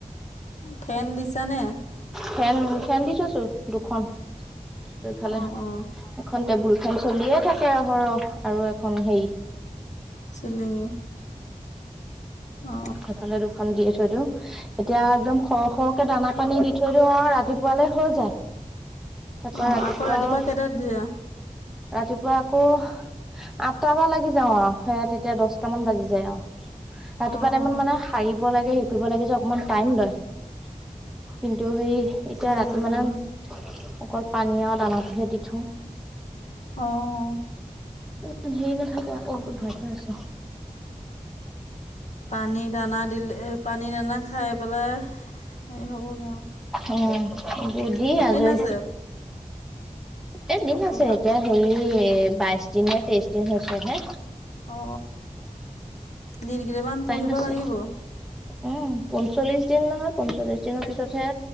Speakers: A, on the left; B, in the centre.
A: ফেন দিছা নে?
B: ফেন ফেন দি থৈছোঁ, দুখন দুইফালে।
A: অ অ
B: এখন টেবুল খেন চলিয়ে থাকে সৰহ আৰু এখন সেই
A: চিলিঙি, অ।
B: সেইফালে দুখন দিয়ে থৈ দিওঁ। এতিয়া একদম সৰহ সৰহকে দানা পানী দি থৈ দিও আও ৰাতিপুৱালে হৈ যায়। তা
A: অ
B: পা ৰাতিপুৱা
A: আকৌ
B: আও
A: কেইটাত দিয়া
B: ৰাতিপুৱা আকৌ আঠটা বা লাগি যাও আও সেয়া তেতিয়া দশটাামান বাজি যায় অহ। ৰাতিপুৱা
A: অ
B: টাইমত
A: অ
B: মানে পাৰিব লাগে সে কৰিব লাগে যে অকমান টাইম লয় কিন্তু সেই এতিয়া
A: উম,
B: ৰাতি
A: উম,
B: মানেন
A: উম,
B: অকল পানী আৰু দানতহে দি থওঁ।
A: অ',
B: হেৰি নাথাকে অ, ঔ এইটোত ভৰাই থোৱা আছে।
A: পানী দানা দিলে পানী দানা খাই পেলাই হেই হ'বগে আওঁ।
B: উম, এইবোৰ দি আজৰি।
A: আছে
B: এ দিন
A: পঢ়াৰ
B: আছে এতিয়া
A: পিছত?
B: হেৰি বাইছ দিন নে তেইছ দিন হৈছে হে।
A: অ, দিন গিতামান
B: টাইম
A: পঢ়িব
B: আছে
A: লাগিব।
B: উম, পঞ্চল্লিশ দিন নহয় পঞ্চল্লিশ দিনৰ পিছতহে